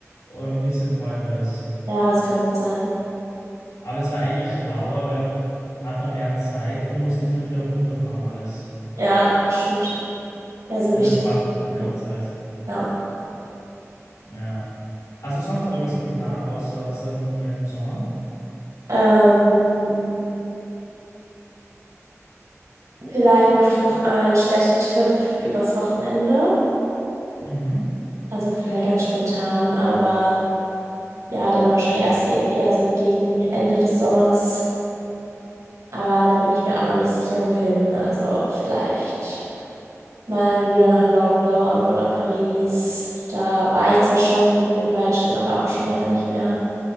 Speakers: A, on the left; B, on the right.
A: ähm, ein bisschen teurer ist.
B: ja, das kann gut sein.
A: Aber es war eigentlich schlauer, weil dann hat man mehr Zeit und muss nicht dann wieder runterfahren alles.
B: Ja, stimmt. Ja, so
A: Und
B: will ich
A: erspart
B: das
A: sich dann eigentlich
B: noch.
A: Zeit.
B: Ja.
A: Ja. Hast du sonst noch irgendwas geplant, außer Sardinien im Sommer?
B: Ähm, vielleicht mache ich noch einen Städtetrip übers Wochenende.
A: Mhm.
B: Also vielleicht ganz spontan, aber ja, dann wahrscheinlich erst e- eher so gegen Ende des Sommers. Aber da bin ich mir auch noch nicht sicher, wohin. Also vielleicht mal wieder nach London oder Paris. Da war ich zwar schon in beiden Städten, aber auch schon länger nicht mehr.